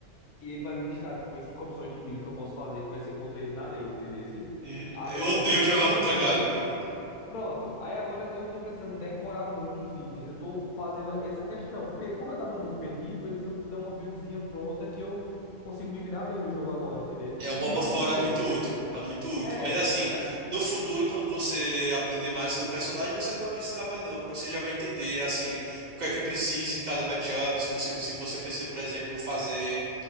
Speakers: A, on the left; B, on the right.
A: e ele vai me listar, tipo, em cinco opções de build que eu posso fazer, que vai ser contra ele na lei, entendeu?
B: Uhum.
A: Aí,
B: Eu
A: assim,
B: odeio
A: eu
B: jogar
A: não tô
B: contra
A: precisando
B: Galho, viu?
A: Pronto, aí agora eu não tô precisando decorar muitos itens, eu tô fazendo essa questão, porque como eu tava muito perdido, eles me dão uma buildzinha pronta que eu consigo me virar bem no jogo agora, entendeu?
B: É, o MOBA
A: E vou
B: fora
A: aprendendo.
B: é muito útil, é muito útil.
A: É,
B: Mas assim,
A: aí,
B: no futuro, quando você aprender mais sobre o personagem, você não vai precisar mais não, porque você já vai entender, assim, o que é que precisa em cada matchup, se você, se você precisa, por exemplo, fazer